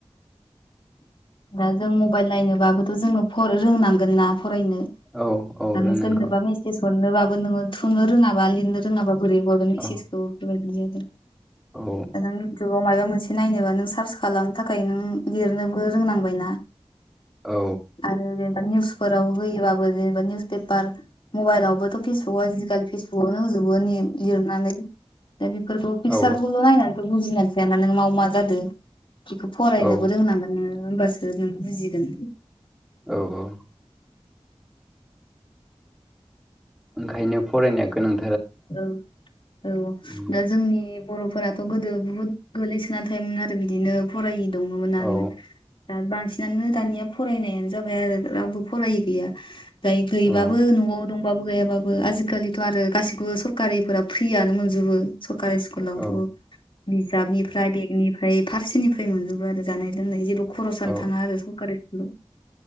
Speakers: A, on the left; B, in the centre.
A: दा जों मबाइल नायनोबाबोथ' जोङो फ रोंनांगोन ना फरायनो
B: औ औ रोंनांगौ
A: ना सोरनोबा मिसेस हरनोबाबो नोङो थुनो रोङाबा लिरनो रोङाबा बोरै हरगोन मेसेसखौ
B: औ
A: बेबायदि जागोन।
B: औ
A: नों इउटुबाव मायबा मोनसे नायनोबा नों सार्च खालामनो थाखाय नों लिरनोबो रोंनां बाय ना
B: औ
A: आरो निउसफोराव होयोबाबो जेनेबा निउस पेपार मबाइलावबोथ' पेसबुकआव आजिखालि पेसबुकआवनो होजु बो नि लिरनानै। दा बेफोरखौ पिकसारखौल'
B: औ
A: नायनानैथ' बुजिनानै थायाना नों माव मा जादों बेखौ फरायनोबो
B: औ
A: रोंनांगोन नों होनबासो नों बुजिगोन।
B: औ औ। ओंखायनो फरायनाया गोनां।
A: औ औ
B: उम,
A: दा जोंनि बर'फोराथ' गोदो बहुत गोलैसोनानै थायोमोन आरो बिदिनो फरायि दङमोन ना
B: औ
A: बांसिनानो दानिया फरायनायानो जाबाय आरो रावबो फरायै गैया। जाय गैबाबो
B: औ
A: न'आव दंबाबो गैयाबाबो आजिखालिथ' आरो गासिबो सरकारिफोरा फ्रियानो मोनजोबो। सरकारि स्कुलावथ'
B: औ
A: बिजाबनिफ्राय बेग निफ्राय फारसेनिफ्राय मोनजोबो आरो जानाय लोंनाय जेबो खरसआनो
B: औ
A: थाङा आरो सरकारि स्कुलाव।